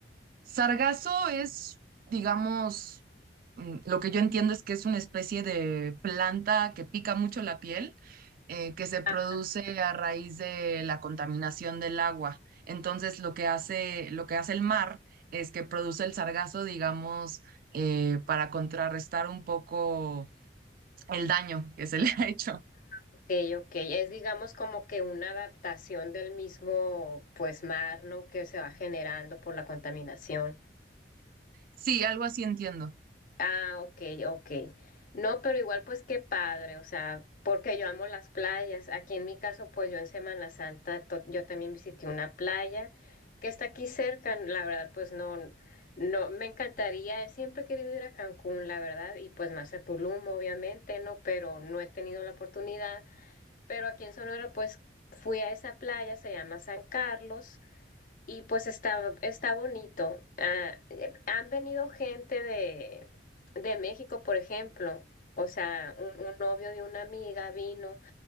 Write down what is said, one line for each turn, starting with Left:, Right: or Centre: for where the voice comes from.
Right: Sargazo es, digamos, mm, lo que yo entiendo es que es una especie de planta que pica mucho la piel, eh, que se produce
Left: Ah,
Right: a raíz de la contaminación del agua. Entonces, lo que hace, lo que hace el mar es que produce el sargazo, digamos, eh, para contrarrestar un poco el daño que se le <laughs> ha hecho.
Left: Ok, ok. Es digamos como que una adaptación del mismo pues mar, ¿no? Que se va generando por la contaminación.
Right: Sí, algo así entiendo.
Left: Ah, ok, ok. No, pero igual pues qué padre, o sea, porque yo amo las playas. Aquí en mi caso, pues yo en Semana Santa, to- yo también visité una playa que está aquí cerca, la verdad, pues no, no, me encantaría, siempre he querido ir a Cancún, la verdad, y pues más a Tulum, obviamente, ¿no? Pero no he tenido la oportunidad. Pero aquí en Sonora, pues fui a esa playa, se llama San Carlos. Y pues está, está bonito. Ah, eh, han venido gente de, de México, por ejemplo. O sea, un, un novio de una amiga vino